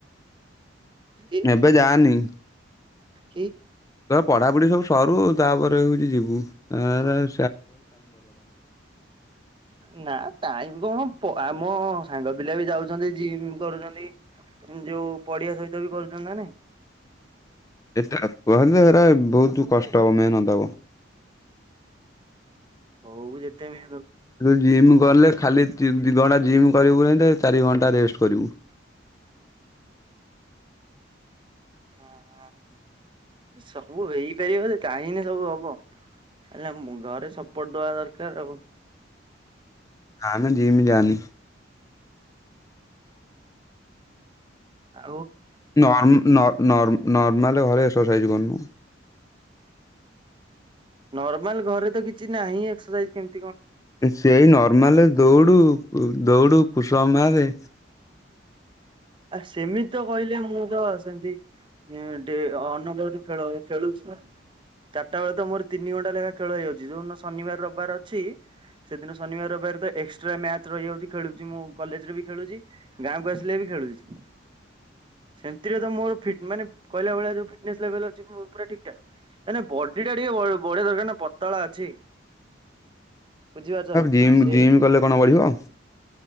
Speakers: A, on the right; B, on the left.
A: କି
B: ଏବେ ଯାନି।
A: କି?
B: ପଢାପଢି ସବୁ ସରୁ ତାପରେ ହଉଚି ଯିବୁ। ଆରାମ୍
A: ନା ଟାଇମ କଣ ପ ଆମ ସାଙ୍ଗ ପିଲା ବି ଯାଉଛନ୍ତି ଜିମ୍ କରୁଚନ୍ତି। ଯଉ ପଡିଆ ସହିତ ବି କରୁଚନ୍ତି ନା ନାଇଁ।
B: ଏତ <unintelligible> ଏଟା ବହୁତ କଷ୍ଟ ହେବ ମେହନତ ହେବ।
A: ହଉ ଯେତେ ବି
B: ଜିମ୍ କଲେ ଖାଲି ଦି ଦି ଘଣ୍ଟା ଜିମ୍ କରିବକୁ ନାଇ ଚାରି ଘଣ୍ଟା ରେଷ୍ଟ କରିବୁ।
A: ହଁ ହଁ ତ ସବୁ ହେଇପାରିବ ଚାହିଁଲେ ସବୁ ହବ ହେଲେ ଘରେ ସପୋର୍ଟ ଦବା ଦରକାର ଆଉ।
B: ଆମେ ଜିମ ଜନୀ।
A: ଆ <inaudible>
B: ନମ ନ ନର ନରମାଲ ଘରେ ଏସର ସାଇଜ କରୁନୁ।
A: ନର୍ମାଲ ଘରେ ତ କିଛି ନାହିଁ ଏକ୍ସରସାଇଜ କେମତି?
B: ସେଇ ନାର୍ମଲ୍ ଦୌଡୁ ଦୌଡୁ ଫୁସପ ମାରେ।
A: ଆ ସେମିତି ତ କହିଲେ ମୁଁ ତ ସେମିତି ଏଁ ଡେ ଅନବରତ ଖେଳ ଖେଳୁଛି ନା ଚାରିଟା ବେଳେ ତ ମୋର ତିନିଘଣ୍ଟା ଲଖା ଖେଳ ହେଇଯାଉଛି ଯୋଉ ଦିନ ଶନିବାର ରବିବାର ଅଛି ସେଦିନ ଶନିବାର ରବିବାର ତ ଏକ୍ସଟ୍ରା ମ୍ୟାଚ୍ ରହିଯାଉଛି ଖେଳୁଛି ମୁଁ କଲେଜ୍ ରେ ବି ଖେଳୁଛି। ଗାଁକୁ ଆସିଲେ ବି ଖେଳୁଛି। ସେମିତିରେ ମୋର୍ ଫିଟନେ ମାନେ କହିଲା ଭଳିଆ ମୋର୍ ଫିଟନେସ୍ ଲେବଲ୍ ଅଛି ପୁରା ଠିକ୍ ଠାକ୍ ମାନେ ବିଡି ଟା ଟିକେ ବଢ଼ିବା ଦରକାର ନା ପତଳା ଅଛି। ବୁଝିପାରୁଛ ନା
B: ଜିମ୍
A: ସେ
B: ଜିମ୍ କଲେ କଣ ବଢିବ।